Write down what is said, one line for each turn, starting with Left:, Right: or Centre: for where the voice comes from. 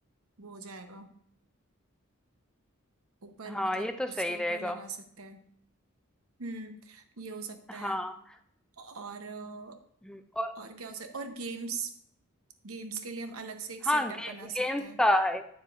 Right: वो हो जाएगा ऊपर
Centre: हाँ
Right: मतलब
Centre: ये तो
Right: उसके
Centre: सही
Right: ऊपर
Centre: रहेगा
Right: लगा सकते हैं हम्म ये हो सकता है
Centre: हाँ
Right: और अ,
Centre: हम्म, और
Right: और क्या हो सकता है और गेम्स गेम्स के लिए हम अलग से एक सेटअप
Centre: हाँ गे,
Right: बना सकते
Centre: गेम्स
Right: हैं
Centre: का है